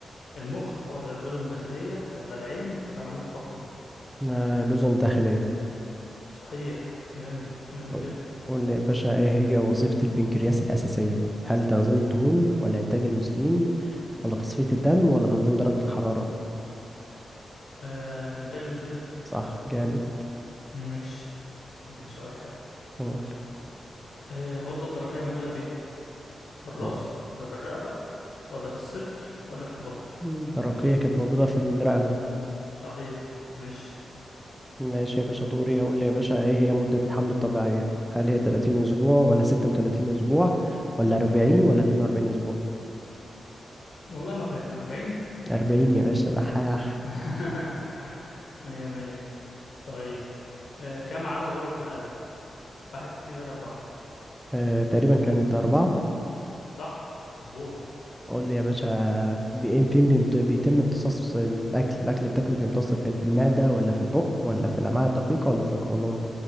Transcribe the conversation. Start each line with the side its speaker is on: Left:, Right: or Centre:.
Left: المخ ولا الاذن الداخلية ولا العين ولا العمود الفقري
Centre: أنا الأذن الداخلية
Left: صحيح جامد جامد
Centre: قول
Left: جدا
Centre: قول لي يا باشا إيه هي وظيفة البنكرياس الأساسية؟ هل تخزين الدهون ولا إنتاج الأنسولين ولا تصفية الدم ولا تنظيم درجة الحرارة؟
Left: آه انتاج الانسولين
Centre: صح جامد
Left: ماشي اديك سؤال حلو
Centre: قول.
Left: آه الغدة الدرقية موجودة فين في الراس
Centre: أه.
Left: ولا في الرقبة ولا في الصدر ولا في البطن
Centre: الدرقية كانت موجودة في الرقبة
Left: صحيح ماشي
Centre: ماشي يا باشا دوري أقول لي يا باشا إيه هي مدة الحمل الطبيعية؟ هل هي 30 أسبوع ولا 36 أسبوع ولا 40 ولا 42 أسبوع؟
Left: والله ما فاكر 40
Centre: 40 يا باشا دحاح
Left: <laughs> مية مية طيب آه كم عدد غرف القلب واحد اتنين تلاتة أربعة
Centre: أه تقريبا كانت أربعة
Left: صح مظبوط
Centre: قول لي يا باشا بي- فين بيمت- بيتم امتصاص الاكل الاكل اللي بتاكله بيمتص فين في المعده ولا في البق ولا في الامعاء الدقيقه ولا في القولون